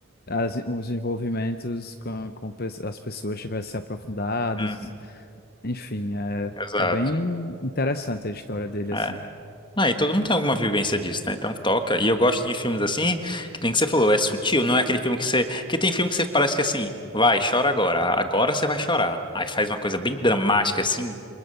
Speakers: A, on the left (about 45°); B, on the left (about 20°).
A: as, os envolvimentos com, com pe- as pessoas tivessem se aprofundados.
B: Uhum,
A: Enfim, é,
B: exato.
A: é bem interessante a história dele,
B: É.
A: assim.
B: Ah, e todo mundo tem alguma vivência disso, né? Então toca. E eu gosto de filmes assim, que tem que você falou, é sutil, não é aquele filme que você. Que tem filme que você parece que assim, vai, chora agora. Agora você vai chorar. Aí faz uma coisa bem dramática, assim,